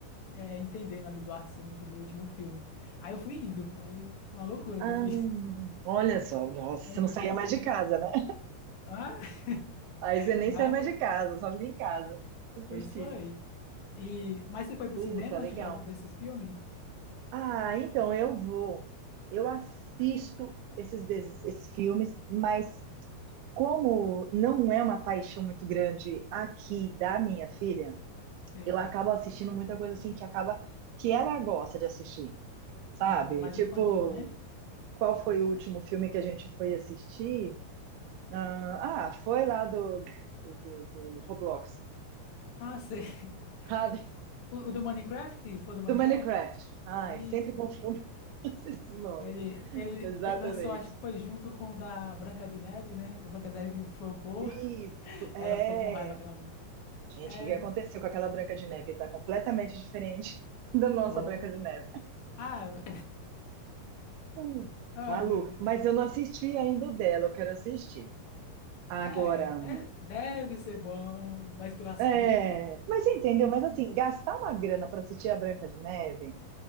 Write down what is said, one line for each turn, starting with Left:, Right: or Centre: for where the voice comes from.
Left: é, entendendo ali do assunto do último filme. Aí eu fui indo, aí uma loucura
Right: Ah,
Left: que eu fiz,
Right: olha só,
Left: <laughs>
Right: nossa,
Left: mas
Right: você não
Left: foi
Right: saía
Left: muito
Right: mais
Left: bom.
Right: de casa, né?
Left: Ah, <laughs>
Right: Aí você nem
Left: nada,
Right: sai mais de casa, só fica em casa assistindo.
Left: pois foi. E, mas você foi pro
Right: Puta,
Left: cinema
Right: legal.
Left: assistir algum desses filmes?
Right: Ah, então eu vou. Eu assisto esses, des- esses filmes, mas como não é uma paixão muito grande aqui da minha filha,
Left: Sei.
Right: eu acabo assistindo muita coisa assim que acaba que ela gosta de assistir. sabe?
Left: Ah, mais
Right: Tipo,
Left: infantil, né?
Right: qual foi o último filme que a gente foi assistir? Ah, ah, foi lá do, do, do- do Roblox,
Left: Ah, sei. <laughs>
Right: sabe? <laughs>
Left: O, o do Minecraft? Foi do Minecraft?
Right: Do Minecraft. Ai,
Left: Isso.
Right: sempre confundo <laughs> esses nomes.
Left: Ele, ele
Right: Exatamente.
Left: pe- lançou, acho que foi junto com o da Branca de Neve, né? Da Branca de Neve flopou.
Right: Isso,
Left: <laughs> Ela
Right: é.
Left: ficou com raiva, aquela mulher.
Right: Gente,
Left: É.
Right: o que que aconteceu com aquela Branca de Neve? Tá completamente diferente <laughs> da nossa
Left: Oh.
Right: Branca de Neve.
Left: Ah,
Right: Hum,
Left: <laughs> ai,
Right: Maluca.
Left: meu Deus.
Right: Mas eu não assisti ainda o dela, eu quero assistir. Agora.
Left: É, de- deve ser bom, mas pelas
Right: É,
Left: críticas.
Right: mas você entendeu? Mas assim, gastar uma grana para assistir a Branca de Neve,